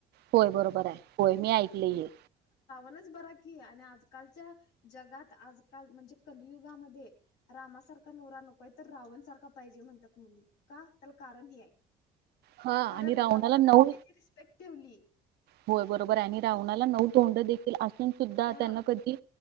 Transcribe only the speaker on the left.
तोच बरा की आणि अजून कालच्या जगात आजकाल म्हणजे कलियुगामध्ये रामासारखा नवरा नकोय. तर रावण सारखा पाहिजे म्हणतात मुली का? त्याला कारण हे आहे.
कारण
रावणानी
सीतेची रिस ठेवली.
हा